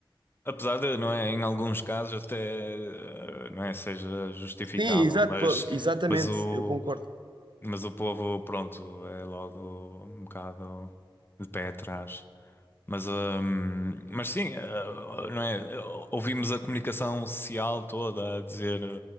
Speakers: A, on the left; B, on the right.
A: Apesar de, não é, em alguns casos até, eh, não é, seja justificável,
B: Sim, exato,
A: mas,
B: pô, exatamente,
A: mas o,
B: eu concordo.
A: mas o povo, pronto, é logo um bocado de pé atrás. Mas, hum, mas sim, eh, não é? Ouvimos a comunicação social toda a dizer